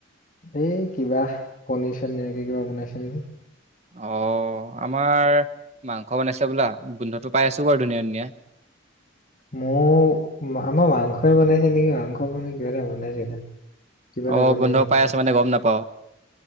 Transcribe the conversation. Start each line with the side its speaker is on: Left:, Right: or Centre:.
Left: এই কিবা, পনিৰ চনিৰ এনেকে কিবা বনাইছে নেকি।
Right: অ', আমাৰ, মাংস বনাইছে হ'বলা গোন্ধটো পাই আছোঁ বাৰু ধুনীয়া, ধুনীয়া।
Left: মোৰ, আমাৰ মাংসই বনাইছে নেকি, মাংস পনীৰ কিবা এটা বনাইছে খালি। কিবা এটা
Right: অ
Left: বনাইছে
Right: গোন্ধ
Left: খালি,
Right: পাই আছো মানে গম নাপাও